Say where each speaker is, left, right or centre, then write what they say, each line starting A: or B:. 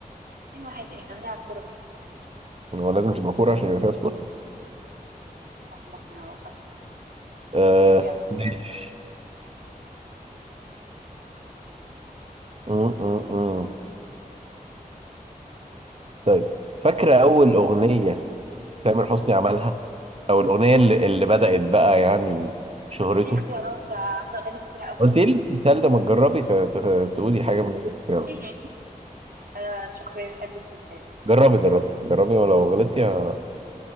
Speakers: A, on the right; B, on the right.
A: اتنين واحد إحنا بنلعب كورة
B: هو لازم تبقى كوره عشان يبقى فيها سكور
A: صح مقنعة وصفت
B: آه...
A: قول يلا
B: ماشي م- م- م. طيب فاكرة أول أغنية تامر حسني عملها أو الأغنية اللي, اللي بدأت بقى يعني شهرته
A: طب دي اختيارات ده عنده أغاني كتيرة قوي
B: قلت لي السؤال ده ما تجربي ت- ت- تقولي حاجة من الاختيارات
A: <laughs> أنا شخصيا بحب السلسلة
B: جربي جربي جربي ولو غلطتي ه-